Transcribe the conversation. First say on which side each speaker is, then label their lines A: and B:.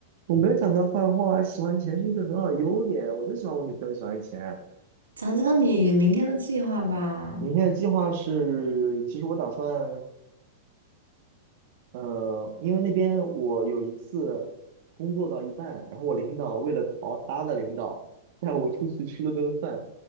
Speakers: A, on the right; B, on the right.
A: 我没有讲她坏话，喜欢钱是一个很好的优点，我就喜欢我女朋友喜欢钱。
B: 讲讲你明天的计划吧。
A: 明天的计划是，其实我打算呃，因为那边我有一次工作到一半，然后我领导为了逃他的领导，带我出去吃了顿饭，